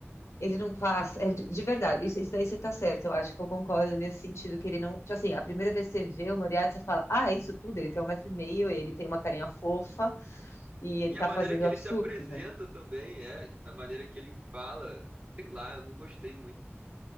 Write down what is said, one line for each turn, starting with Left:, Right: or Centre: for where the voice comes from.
Left: Ele não faz. É, de, de verdade, isso, isso daí você tá certo, eu acho que eu concordo nesse sentido, que ele não. Tipo assim, a primeira vez que você vê o Moriarty, você fala, ah, é isso tudo, ele tem um metro e meio, ele tem uma carinha fofa e ele
Right: E a
Left: tá
Right: maneira
Left: fazendo
Right: que ele
Left: absurdos,
Right: se apresenta
Left: né?
Right: também é, a maneira que ele fala, sei lá, eu não gostei muito.